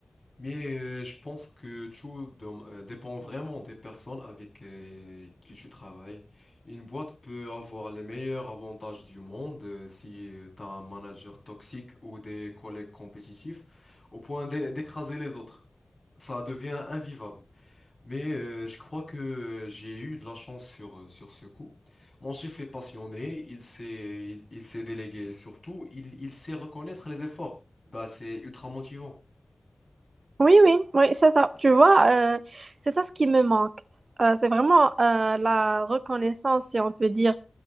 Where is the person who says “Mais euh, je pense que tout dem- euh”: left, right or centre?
Left